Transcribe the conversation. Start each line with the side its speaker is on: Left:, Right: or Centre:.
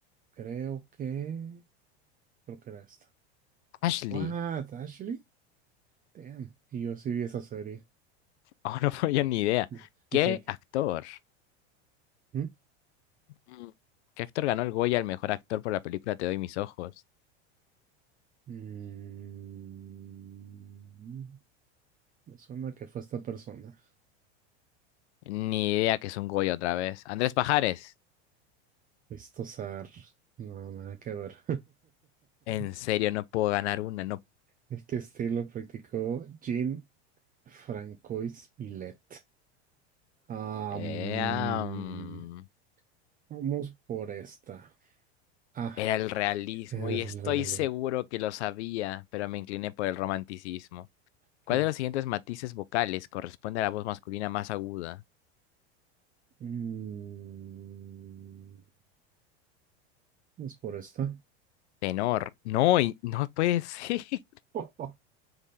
Right: creo que, creo que era esta.
Left: Ashley.
Right: What, Ashley? Damn. Y yo sí vi esa serie.
Left: Oh, <laughs> no puedo yo ni idea.
Right: Di-
Left: ¿Qué
Right: Dice que,
Left: actor?
Right: ¿Mm?
Left: Mm. ¿Qué actor ganó el Goya al mejor actor por la película Te doy mis ojos?
Right: Mm, me suena que fue esta persona.
Left: Ni idea que es un Goya otra vez. Andrés Pajares.
Right: Listo, No, nada que ver.
Left: En
Right: <laughs>
Left: serio, no puedo ganar una. No
Right: Es que estilo practicó Jean Francois Millet. Am,
Left: Era, mm,
Right: vamos por esta. Ah.
Left: era el realismo
Right: Esa
Left: y
Right: es
Left: estoy
Right: la realidad.
Left: seguro que lo sabía, pero me incliné por el romanticismo.
Right: ¿Qué
Left: ¿Cuál de
Right: es?
Left: los siguientes matices vocales corresponde a la voz masculina más aguda?
Right: Mm, vamos por esta.
Left: Tenor. No, y no puede ser. <laughs>
Right: <laughs>